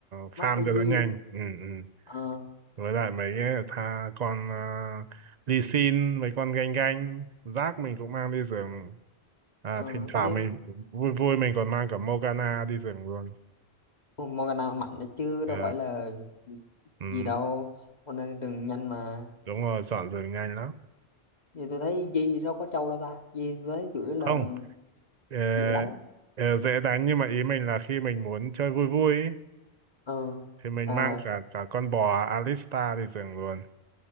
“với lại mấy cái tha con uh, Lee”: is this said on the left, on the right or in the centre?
Right